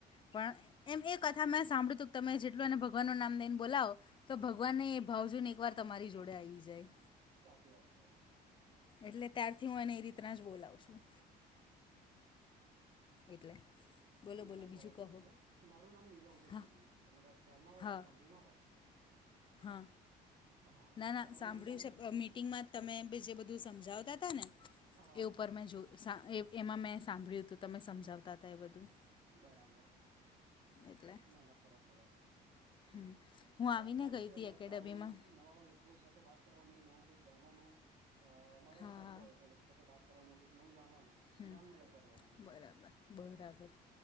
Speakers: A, on the left (about 30°); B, on the right (about 55°).
A: પણ એમ એ કથા મેં સાંભળ્યું તું તમે જેટલું એને ભગવાન નું નામ લઈને બોલાવો તો ભગવાનને ભાવજૂને એકવાર તમારી જોડે આવી જાય.
B: સાચી વાત છે.
A: એટલે ત્યારથી હું એને એ રીતના જ બોલાવ છું. એટલે. બોલો
B: ના
A: બોલો
B: ના સરસ
A: બીજું કહો
B: નામ છે, મારું નામ નીરવ છે
A: હા
B: એકચ્યુલી તમને કદાચ ખ્યાલ ના હોય
A: હા
B: તમ સાંભળી ના હોય.
A: હા,
B: હા
A: ના ના
B: તમારું
A: સાંભળ્યું
B: નામ જાણી
A: છે
B: શકું
A: મી ટીમમાં તમે જે બધું સમજાવતા હતા ને
B: હા
A: એ ઉપર મેં જો સા એ એમાં મેં સાંભળ્યું હતું તમે સમજાવતા હતા એ બધું.
B: બરાબર.
A: એટલે
B: ના ના સરસ સરસ,
A: હમ હું
B: અ
A: આવીને
B: સારું
A: ગઈ
B: છે
A: હતી
B: લાઈક
A: એકેડમીમાં
B: આવું નવા હોય લોકો સાથે વાત કરવાની, નવું કઈક જાણવાનું અ મારો
A: હા
B: શોખ રહ્યો છે. સાથે વાત કરવાનું કઈક નવું જાણવાનું.
A: હમ્મ,
B: જ્ઞાન મેળવતા રહેવાનું.
A: બરાબર બરાબર,